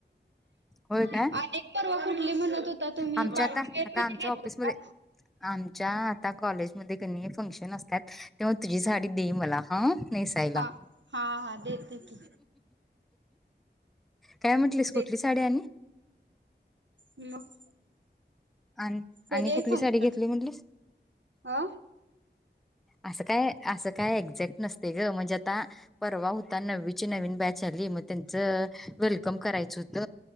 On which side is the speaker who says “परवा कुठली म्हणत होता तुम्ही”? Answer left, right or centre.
Right